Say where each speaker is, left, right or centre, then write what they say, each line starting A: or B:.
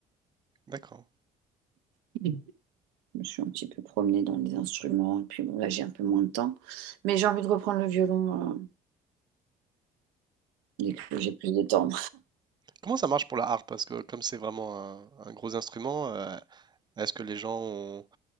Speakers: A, on the right; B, on the right.
A: D'accord.
B: Je me suis un petit peu promenée dans les instruments, et puis bon, là, j'ai un peu moins de temps. Mais j'ai envie de reprendre le violon, euh, dès que j'ai plus de temps.
A: Comment ça marche pour la harpe? Parce que comme c'est vraiment un, un gros instrument, euh, est-ce que les gens ont,